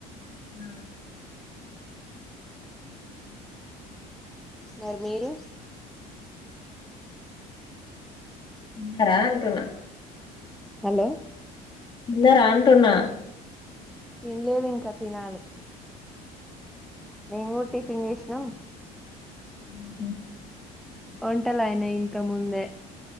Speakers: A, on the left (about 30°); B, in the centre.
A: ఆ
B: మరి మీరు
A: ఉన్నారా అంటున్నా
B: హలో
A: కిందా రాంటున్నా
B: తినలేదు ఇంకా తినాలి మేము కూడా టిఫిన్ చేసినాం
A: అద
B: ఒంటలా అయన ఇంత ముందే